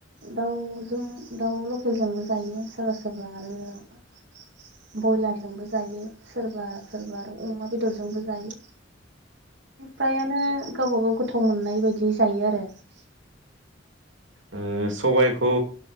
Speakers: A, on the right; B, on the right.
A: दाउजों दाउ लकेलजोंबो जायो सोरबा सोरबा बा आरो ब्रयलारजोंबो जायो सोरबा सोरबा आरो अमा बेदरजोंबो जायो।
B: <inaudible>
A: फ्रायानो गावबा गाव गोथाव मोननाय बायदि जायो आरो।
B: ओ सबाइखौ